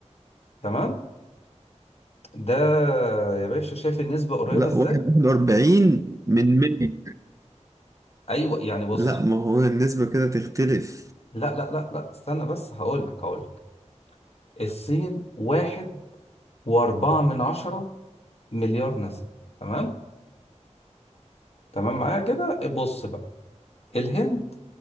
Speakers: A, on the left; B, on the right.
A: تمام ده يا باشا شايف النسبة قريبة
B: لا
A: ازاي؟
B: واحد واحد وأربعين من مية
A: ايوه يعني بص
B: لا ما هو النسبة كده تختلف
A: لا لا لا لا استنى بس هقولك هقولك الصين واحد واربعة من عشرة مليار نسمة تمام؟ تمام معايا كده بص بقى الهند